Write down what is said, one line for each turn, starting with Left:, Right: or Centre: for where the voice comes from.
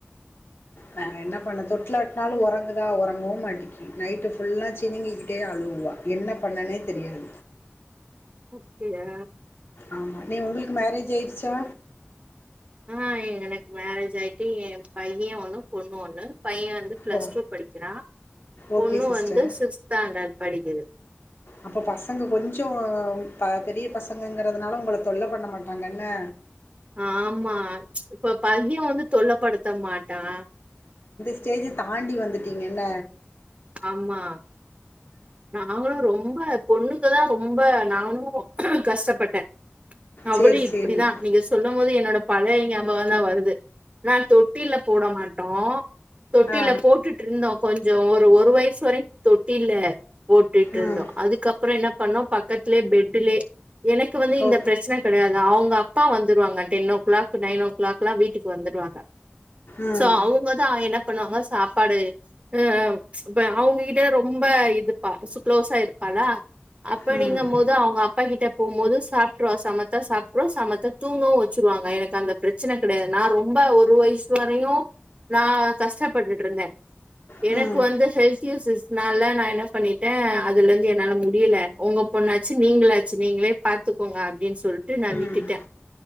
Left: வேற என்ன பண்ண தொட்டால் ட்டாலு ஒறங்குதா ஒறங்கவே மாட்டேக்கு நைட்டு ஃபுல்லா சினிங்கி கிட்டே அழுவுவா என்ன பண்ணேனே தெரியாது
Right: அப்டியா
Left: ஆமா நீ உங்ளுக்கு மேரேஜ் ஆயிருச்சா
Right: அ எனக்கு மேரேஜ் ஆயிட்டு ஏ பைய ஒண்ணு பொண்ணு ஒண்ணு பைய வந்து பிளஸ்
Left: ஓ
Right: டூ படிக்கிறா
Left: ஓகே
Right: பொண்ணு
Left: சிஸ்டர்
Right: வந்து சிக்ஸ்த் ஸ்டாண்டர்ட் படிக்குது
Left: அப்ப பசங்க கொஞ்சோ கொஞ்சோ பெரிய பசங்கங்கறதுனால உங்கள தொல்ல பண்ண மாட்டாங்கண்ணே
Right: ஆமா இப்ப பைய வந்து தொல்ல படுத்த மாட்டா
Left: ஸ்டேஜ்ஜ தாண்டி வந்துட்டீங்கள்ல
Right: ஆமா நாங்களு ரொம்ப பொண்ணுக்குதா ரொம்ப நானு கஷ்டப்பட்டே அவளு
Left: சரி
Right: இப்பிடிதா
Left: சரி
Right: நீங்க சொல்லு போது என்னோட பழைய ஞாபகோ தா வருது நா தொட்டில்ல போட மாட்டோ தொட்டில்ல
Left: ஆ
Right: போட்டுட்டுருந்தோ கொஞ்சோ ஒரு வயசு வரையு தொட்டில்ல போட்டுட்டு
Left: ம்
Right: இருந்தோ அதுக்கப்றோ என்ன பண்ணோ பக்கத்திலயே பெட் பெட்டிலே எனக்கு வந்து இந்த
Left: ஓ
Right: பிரச்சன கெடையாது அவுங்க அப் அப்பா வந்துருவாங்க டென் ஓ க்ளாக் நைன் ஓ க்ளாக்லா வீட்டுக்கு வந்துருவாங்க
Left: ம்
Right: சோ அவுங்கதா என்ன பண்ணுவாங்க சாப்பாடு அ இப்ப அவுங்ககிட்ட ரொம்ப இதுப்பா க்ளோஸா இருப்பாளா அப்டிங்கும்
Left: ம்
Right: போது அவங்க அப்பா கிட்ட போம் போது சாப்ட்ருவா சமத்தா சாப்ட்ரு சமத்தா தூங்கவு வெச்சுருவாங்க எனக்கு அந்த பிரச்சன கெடயாது நா ரொம்ப ஒரு வ வயசு வரையு நா கஷ்டப்பட்டுட்டு இருந்தே
Left: ம்
Right: எனக்கு வந்து ஹெல்த் இஸ்யூஸ் னால நா என்ன பண்ணிட்டே அதுல இருந்து என்னால முடியல உங்க பொண்ணாச்சு நீங்களாச்சு நீங்களே பாத்து பாத்துக்கோங்க அப்டின்னு சொல்ட்டு நா
Left: ம்
Right: விட்டுட்டே